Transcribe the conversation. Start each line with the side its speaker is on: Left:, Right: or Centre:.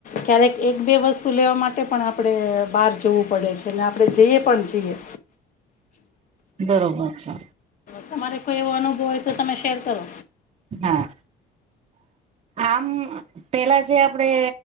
Left: ક્યારેક એક બે વસ્તુ લેવા માટે પણ આપડે બહાર જવું પડે છે ને આપણે જઈએ પણ જઈએ.
Right: બરોબર છે.
Left: તમારે કોઈ એવો અનુભવ હોય તો તમે શેર કરો.
Right: હા, આમ પેલા જે આપડે